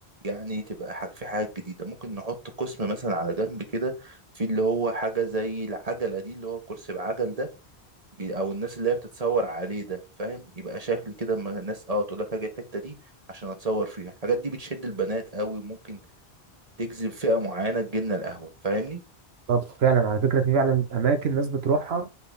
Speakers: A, on the right; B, on the right.
A: يعني تبقى ح- في حاجات جديده ممكن نحط قسم مثلا على جنب كده في اللي هو حاجه زي العجله دي اللي هو الكرسي بعجل ده بي- او الناس اللي هي بتتصور عليه ده فاهم يبقى شكل كده اما الناس اه تقول لك هاجي الحته دي عشان اتصور فيها الحاجات دي بتشد البنات قوي وممكن تجذب فئه معينه تجيلنا القهوه فاهمني
B: طب فعلا على فكرة في فعلا أماكن ناس بتروحها